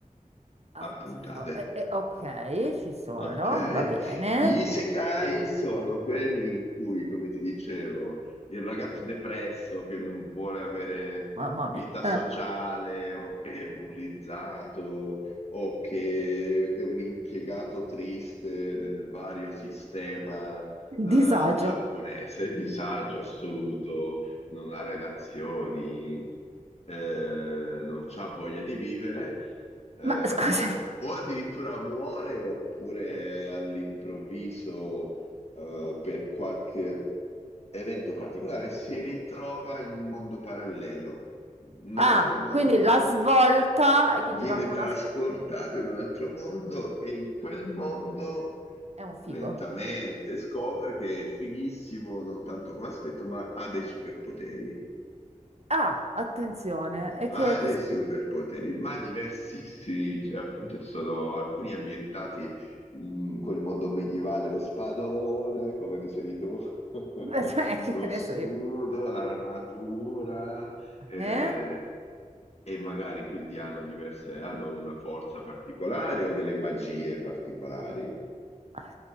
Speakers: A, on the right; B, on the left.
A: Oddio,
B: a puntate.
A: eh, eh, ok, ci sono,
B: Ok,
A: va bene.
B: gli isekai sono quelli in cui, come ti dicevo, il ragazzo depresso che non vuole avere
A: Mamma
B: vita
A: mia, eh,
B: sociale o che è bullizzato o che è un impiegato triste nel vario sistema eh,
A: disagio.
B: giapponese, disagio assoluto, non ha relazioni, eh, non ha voglia di vivere eh,
A: Ma scusami.
B: o, o addirittura muore oppure all'improvviso, eh, per qualche evento particolare, si ritrova in un mondo parallelo, un altro
A: Ah,
B: mondo.
A: quindi la svolta è che
B: Viene
A: ci danno
B: trasportato
A: una seconda.
B: in un altro mondo e in quel mondo
A: È un figo.
B: lentamente scopre che è fighissimo, non tanto come aspetto, ma ha dei superpoteri.
A: Ah, attenzione, e
B: Ha
A: che,
B: dei
A: che, so-
B: superpoteri, ma diversissimi, cioè, appunto ci sono alcuni ambientati in quel mondo medievale, lo spadone, come dicevi tu, <laughs>
A: <laughs> cioè, che
B: lo
A: ne
B: scudo,
A: so io.
B: l'armatura, eh,
A: Eh?
B: e magari quindi hanno diverse, hanno una forza particolare o delle magie particolari,
A: Ah,